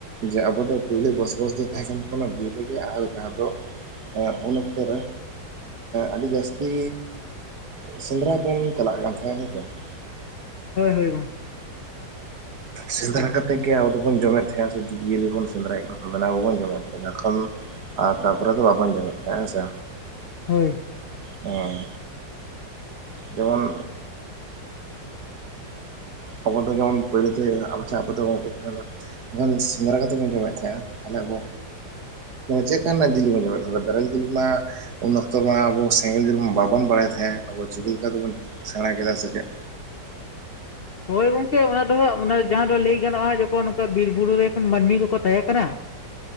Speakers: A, on the right; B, on the left.
A: ᱡᱮ ᱟᱵᱚ ᱫᱚ ᱯᱳᱭᱞᱟᱹ ᱵᱚᱥᱵᱟᱥ ᱫᱚ ᱛᱟᱦᱮᱸ ᱠᱟᱱ ᱛᱟᱵᱚᱱᱟ ᱵᱤᱨ ᱨᱮᱜᱮ ᱾ ᱟᱨ ᱡᱟᱦᱟᱸ ᱫᱚ ᱮᱸ ᱩᱱ ᱚᱠᱛᱚ ᱨᱮ ᱟᱰᱤ ᱡᱟᱹᱥᱛᱤ ᱥᱮᱸᱫᱽᱨᱟ ᱵᱚᱱ ᱪᱟᱞᱟᱜ ᱠᱟᱱ ᱛᱟᱦᱮᱸᱱᱟ ᱦᱮᱸ ᱥᱮ ᱾
B: ᱦᱳᱭᱻᱦᱳᱭ ᱾
A: ᱥᱮᱸᱫᱽᱨᱟ ᱠᱟᱛᱮᱫ ᱜᱮ ᱟᱵᱚ ᱫᱚᱵᱚᱱ ᱡᱚᱢᱮᱫ ᱛᱟᱦᱮᱸᱜ ᱥᱮ ᱡᱤᱵᱽᱡᱤᱭᱟᱹᱞᱤ ᱵᱚᱱ ᱥᱮᱸᱫᱽᱨᱟᱭᱮᱫ ᱠᱚ ᱠᱚ ᱠᱟᱱᱟ ᱩᱱᱠᱩ ᱵᱚᱱ ᱡᱚᱢᱮᱫ ᱛᱟᱦᱮᱜ ᱮᱠᱷᱚᱱ ᱟᱨ ᱛᱟᱯᱚᱨᱮ ᱫᱚ ᱵᱟᱵᱚᱱ ᱡᱚᱢᱮ ᱛᱟᱦᱮᱸᱜ ᱦᱮᱸ ᱥᱮ
B: ᱦᱚᱭ
A: ᱦᱮᱸ <inaudible> ᱡᱮᱢᱚᱱ ᱟᱵᱚᱫᱚ ᱡᱮᱢᱚᱱ ᱯᱟᱹᱭᱞᱟᱹ ᱛᱮ ᱟᱵᱚ ᱪᱟ ᱟᱵᱚᱫᱚ ᱜᱚᱝᱠᱮ ᱛᱟᱦᱚᱞᱮ ᱡᱮᱠᱷᱚᱱ <inaudible> ᱥᱮᱸᱫᱽᱨᱟ ᱠᱟᱛᱮ ᱵᱚᱱ ᱡᱚᱢᱮᱜ ᱛᱟᱦᱮᱸᱜᱟ ᱛᱟᱦᱚᱞᱮ ᱟᱵᱚ ᱪᱮᱜ ᱠᱟᱱᱟᱜ ᱡᱤᱞ ᱵ ᱡᱚᱢᱮᱫ ᱛᱟᱦᱮᱜ ᱱᱟ ᱵᱨᱮᱞ ᱡᱤᱞ ᱢᱟ ᱩᱱ ᱚᱠᱛᱚ ᱢᱟ ᱟᱵᱚ ᱥᱮᱸᱜᱮᱞ ᱡᱩᱞ ᱢᱟ ᱵᱟᱵᱚᱱ ᱵᱟᱲᱟᱭ ᱛᱟᱦᱮᱜ ᱟᱵᱚ ᱪᱤᱠᱟ ᱞᱮᱠᱟᱛᱮᱵᱚᱱ ᱥᱮᱬᱟ ᱠᱮᱫᱟ ᱥᱮ ᱪᱮᱫ?
B: ᱦᱳᱭ ᱜᱚᱝᱠᱮ ᱚᱱᱟ ᱫᱚ ᱦᱟᱸᱜ ᱡᱟᱦᱟᱸ ᱫᱚ ᱞᱟᱹᱭ ᱜᱟᱱᱚᱜᱼᱟ ᱡᱚᱠᱷᱚᱱ ᱱᱚᱝᱠᱟ ᱵᱤᱨ ᱵᱩᱨᱩ ᱨᱮ ᱢᱟᱹᱱᱢᱤ ᱠᱚᱠᱚ ᱛᱟᱦᱮᱸ ᱠᱟᱱᱟ